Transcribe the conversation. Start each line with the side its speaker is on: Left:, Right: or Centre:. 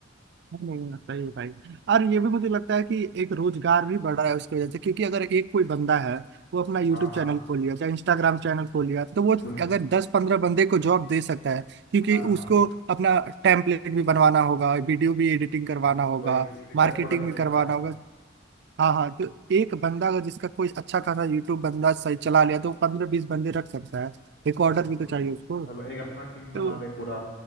Right: नहीं, नहीं, सही है भाई और ये भी मुझे लगता है कि एक रोजगार भी बढ़ रहा है उसकी वजह से क्योंकि अगर एक कोई बंदा है वो अपना यूट्यूब
Left: हाँ हाँ
Right: चैनल खोल लिया चाहे इंस्टाग्राम चैनल खोल लिया तो वो
Left: बिल्कुल
Right: अगर दस पंद्रह बंदे को जॉब दे सकता है क्योंकि
Left: हाँ
Right: उसको
Left: हाँ
Right: अपना टेम्पलेट भी बनवाना होगा वीडियो भी एडिटिंग करवाना होगा
Left: वही एडिटर
Right: मार्केटिंग
Left: को रख
Right: भी
Left: लेगा
Right: करवाना होगा हाँ हाँ तो एक बंदा अगर जिसका कोई अच्छा खासा यूट्यूब बंदा सही चला लिया तो पंद्रह बीस बंदे रख सकता है रिकॉर्डर
Left: बिल्कुल
Right: भी तो चाहिए उसको
Left: और एक अपना टीम बना
Right: तो
Left: ले पूरा